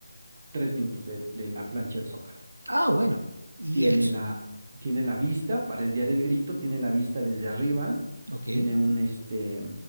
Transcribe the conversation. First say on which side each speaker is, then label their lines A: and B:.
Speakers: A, on the right; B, on the right.
A: tres minutos de, de la plancha del Zócalo
B: Ah, bueno. Y
A: tiene
B: el...
A: la, tiene la vista para el día del grito, tiene la vista desde arriba,
B: Ok.
A: tiene un, este,